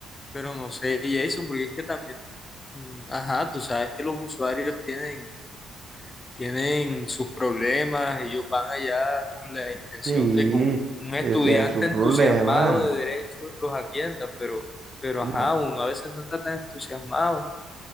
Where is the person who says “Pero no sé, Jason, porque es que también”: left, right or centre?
Left